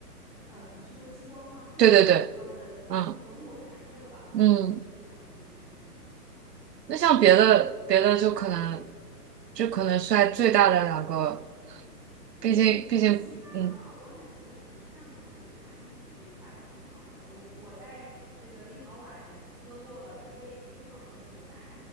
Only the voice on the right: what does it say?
对对对，
嗯
嗯。
那像别的别的就可能，
就可能算最大的两个，
毕竟毕竟，
嗯，